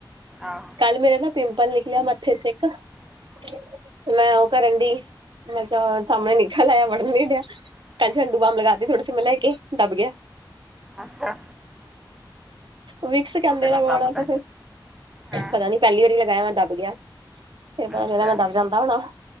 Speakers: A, in the centre; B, on the right.
A: ਆਹੋ
B: ਕੱਲ ਮੇਰੇ ਨਾ ਪਿੰਪਲ ਨਿਕਲਿਆ ਮੱਥੇ ਚ ਇੱਕ
A: ਹਮ,
B: ਤੇ ਮੈਂ ਉਹ ਕਰਨ ਡੀ, ਮੈਂ ਕਿਹਾ ਸਾਹਮਣੇ ਨਿਕਲ ਆਇਆ ਵੜਨ ਨੀ ਡਿਆ।
A: ਹਮ।
B: ਕੱਲ ਝੰਡੂ ਬਾਮ ਲਗਾ ਤੀ ਥੋੜੀ ਸੀ ਮੈਂ ਲੈ ਕੇ ਦੱਬ ਗਿਆ।
A: ਅੱਛਾ।
B: ਮਿਕਸ ਕਹਿੰਦੇ
A: ਉਹਦੇ ਨਾਲ
B: ਲਗਵਾਉਣਾ
A: ਦੱਬਦਾ
B: ਤੇ ਫਿਰ
A: ਹਾਂ
B: ਪਤਾ ਨੀ ਪਹਿਲੀ ਵਾਰੀ ਲਗਾਇਆ ਮੈਂ ਦੱਬ ਗਿਆ। ਫਿਰ ਪਤਾ
A: ਅੱਛਾ
B: ਚੱਲਿਆ ਮੈਂ ਦੱਬ ਜਾਂਦਾ ਹੋਣਾ।